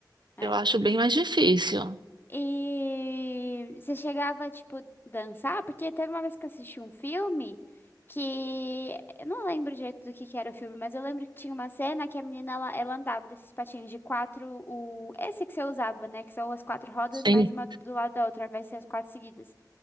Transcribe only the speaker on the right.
Eu
acho bem mais difícil.
Sim.